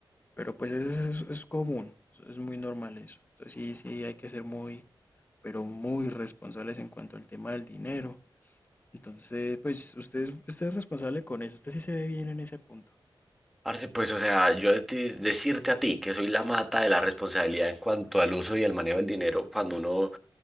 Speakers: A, on the left; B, in the centre.
A: Pero pues es, es, es común, es muy normal eso. Entonces sí, sí hay que ser muy pero muy responsables en cuanto al tema del dinero. Entonces, pues usted, es- usted es responsable con eso, usted sí se ve bien en ese punto.
B: Parce, pues, o sea, yo de ti- decirte a ti que soy la mata de la responsabilidad en cuanto al uso y al manejo del dinero cuando uno,